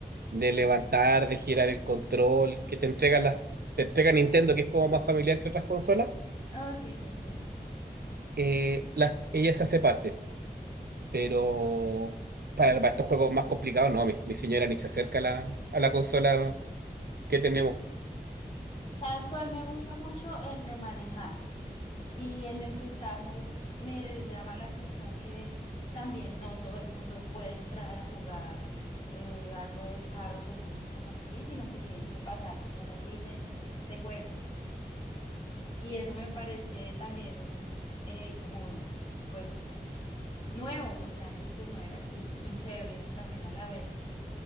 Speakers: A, on the right (about 80°); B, on the left (about 35°).
A: de levantar, de girar el control, que te entrega las, te entrega Nintendo, que es como más familiar que otras consolas,
B: Oh, sí, sí, sí.
A: eh, las, ella se hace parte, pero... Para, para estos juegos más complicados, no, mi, mi señora ni se acerca a la, a la consola ¿Qué tenemos?
B: ¿Sabes cuál me gusta mucho? El de manejar. Y en el que estamos, me llama la atención que también no todo el mundo puede entrar a jugar eh, algo de carros así como así, sino que tiene que pasar como unas licencias de juego. Y eso me parece también eh, como, pues, nuevo, porque antes pues no era así, y chévere también a la vez.